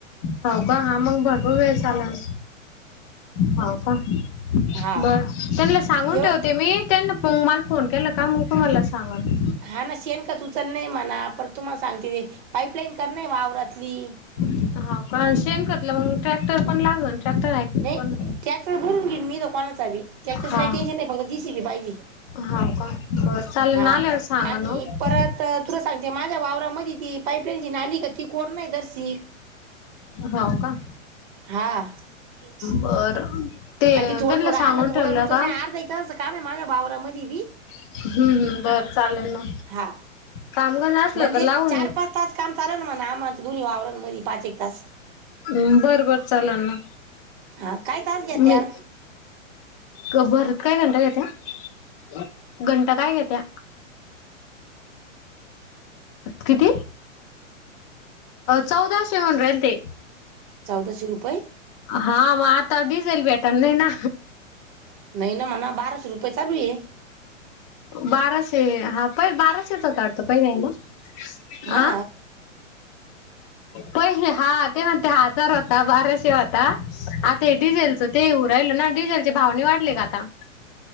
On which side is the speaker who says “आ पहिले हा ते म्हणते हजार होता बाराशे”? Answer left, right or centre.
Left